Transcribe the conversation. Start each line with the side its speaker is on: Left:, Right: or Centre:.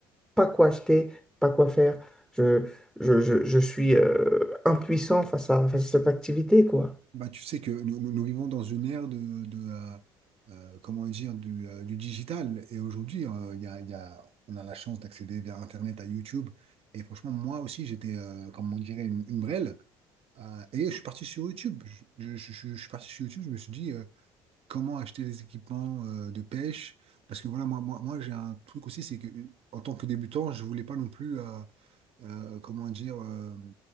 Centre: pas quoi acheter, pas quoi faire. Je, je, je, je suis euh, impuissant face à, face à cette activité, quoi.
Right: Bah, tu sais que nous, nous- nous vivons dans une ère de, de, euh, euh, comment dire, du, euh, du digital. Et aujourd'hui, euh, il y a, il y a- on a la chance d'accéder via Internet à YouTube. Et franchement, moi aussi, j'étais, euh, comme on dirait, une, une brêle. Euh, et je suis parti sur YouTube. Je, je- je- je- je suis parti sur YouTube, je me suis dit euh, comment acheter des équipements euh, de pêche. Parce que voilà, moi, moi, moi j'ai un truc aussi, c'est que euh, en tant que débutant, je voulais pas non plus. euh, euh, comment dire, euh,